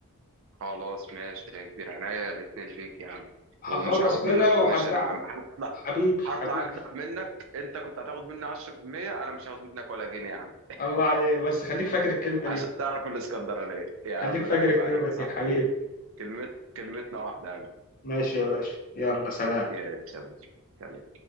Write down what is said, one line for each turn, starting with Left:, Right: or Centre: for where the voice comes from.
Right: خلاص ماشي يا كبير عينيا الاتنين ليك يا عم
Left: هخلص
Right: ومش هاخد
Left: كده
Right: منك كوميشن
Left: وهرجع
Right: يا عم هطلع
Left: حبيبي
Right: هطلع
Left: حبيبي
Right: اجدع منك انت كنت هتاخد مني 10% انا مش هاخد منك ولا جنيه يا عم
Left: الله عليك بس خليك فاكر الكلمه دي
Right: عشان تعرف الاسكندرانية يا عم
Left: خليك فاكر
Right: لا عيب
Left: الكلمة
Right: عليك يا صاحبي
Left: دي حبيبي
Right: كلمة كلمتنا واحدة يا قلبي
Left: ماشي يا باشا يلا سلام
Right: يا شباب سلام.